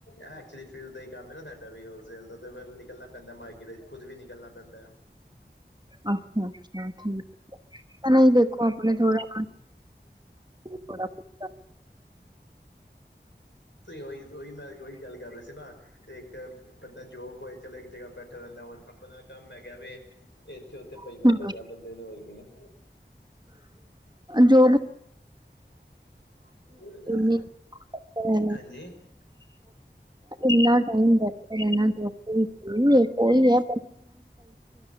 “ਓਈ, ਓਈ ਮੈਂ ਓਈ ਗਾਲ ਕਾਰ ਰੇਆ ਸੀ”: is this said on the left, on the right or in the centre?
Left